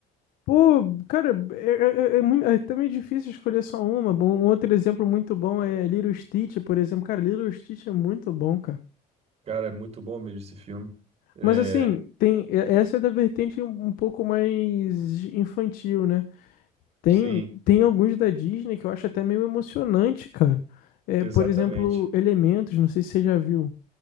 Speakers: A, on the left; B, on the right.
A: Pô, cara, é, é, é, é muito, é também difícil escolher só uma. Bom, um outro exemplo muito bom é Little Stitch, por exemplo. Cara, Little Stitch é muito bom, cara.
B: Cara, é muito bom mesmo esse filme. É,
A: Mas assim, tem, é- essa é da vertente um um pouco mais infantil, né? Tem,
B: sim,
A: tem alguns da Disney que eu acho até meio emocionante, cara. É,
B: exatamente.
A: por exemplo, Elementos, não sei se você já viu.